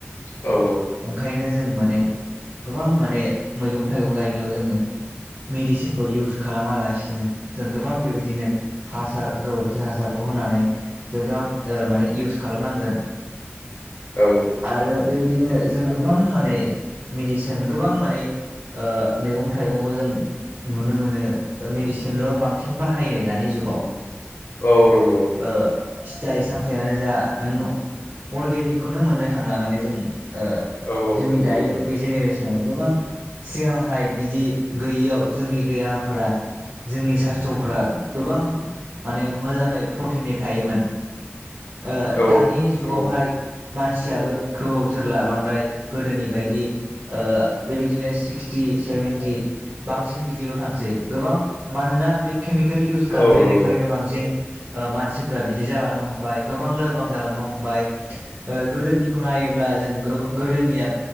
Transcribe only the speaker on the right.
ओंखायनो जों माने। गोबां माने मैगं थाइगं गायनायाव जोङो मेडिसिनखौ इउस खालामालासिनो जों गोबां बेबायदिनो हासार गोबोरखि हासारल' होनानै <unintelligible> ओ माने इउस खालामनांगोन।
आरो बेबिदिनो जों गोबां माने मेडिसिन गोबां माने ओ मैगं थाइगंङाव जों नुनो मोनो मेडिसिनल' बांसिन बाहायो दानि जुगाव।
ओ फिथाइ सामथाययानो जा नों अर्गेनिकखौनो मोननो थांला माने जों। ओ
जोंनि दायो बे जेनेरेसन औ गोबां सिगांहाय बिदि गैयैयाव जोंनि देहाफोरा जोंनि सास्थ्रफ्रा गोबां माने मोजाङै प्रटिनै थायोमोन। ओ
दानि
जुगावहाय।
मानसियाबो गोबाव जोरला बांद्राय गोदोनि बायदि ओ बेबायदिनो सिक्सटि सेभेेनटि बांसिन बिदिल' थांसै गोबां मानोना बे केमिकेल इउस
खालामनायनिफ्रायनो
बांसिन मानसिफ्रा बिदि जालांनो हमबाय गोबां लोरबां जालांनो हमबाय। ओ गोदोनिखौ नायोब्ला जों <unintelligible> गोदोनिया